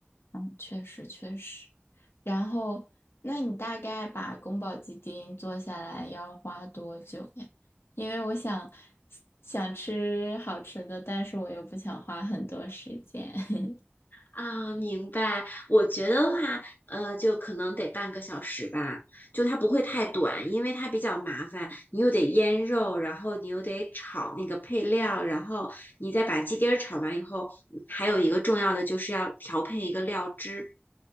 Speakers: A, on the left; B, on the left.
A: 嗯，确实确实。然后，那你大概把宫保鸡丁做下来要花多久呀？因为我想想吃好吃的，但是我又不想花很多时间。<laughs>
B: 啊，明白。我觉得的话，呃，就可能得半个小时吧，就它不会太短，因为它比较麻烦，你又得腌肉，然后你又得炒那个配料，然后你再把鸡丁儿炒完以后，还有一个重要的就是要调配一个料汁。